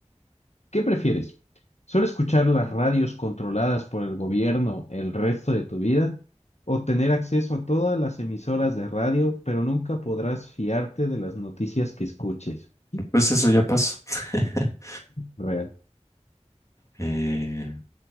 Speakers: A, on the left (about 70°); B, on the left (about 25°).
A: ¿Qué prefieres? ¿Solo escuchar las radios controladas por el gobierno el resto de tu vida? ¿O tener acceso a todas las emisoras de radio, pero nunca podrás fiarte de las noticias que escuches? <laughs>
B: Pues eso ya pasó. <laughs>
A: Realmente
B: Eh,